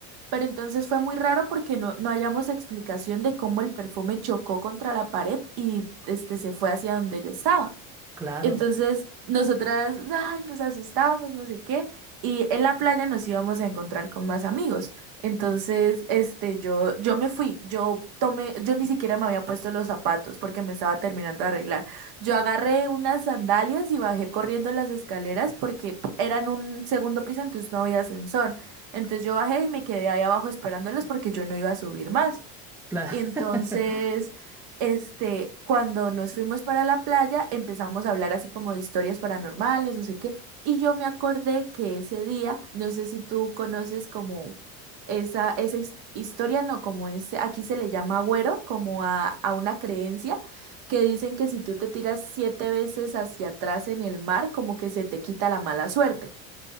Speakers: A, on the right; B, in the centre.
A: Pero entonces fue muy raro porque no, no hallamos explicación de cómo el perfume chocó contra la pared y este se fue hacia donde yo estaba.
B: claro,
A: Entonces, nosotras, ay, nos asustamos, no sé qué, y en la playa nos íbamos a encontrar con más amigos. Entonces, este, yo, yo me fui, yo tomé, yo ni siquiera me había puesto los zapatos porque me estaba terminando de arreglar. Yo agarré unas sandalias y bajé corriendo las escaleras porque eran un segundo piso, entonces no había ascensor. Entonces yo bajé y me quedé ahí abajo esperándolas porque yo no iba a subir más.
B: claro.
A: Y entonces
B: <laughs>
A: este, cuando nos fuimos para la playa, empezamos a hablar así como de historias paranormales, no sé qué, y yo me acordé que ese día, no sé si tú conoces como esa, esa his- historia, no, como ese, aquí se le llama agüero, como a, a una creencia que dicen que si tú te tiras siete veces hacia atrás en el mar, como que se te quita la mala suerte.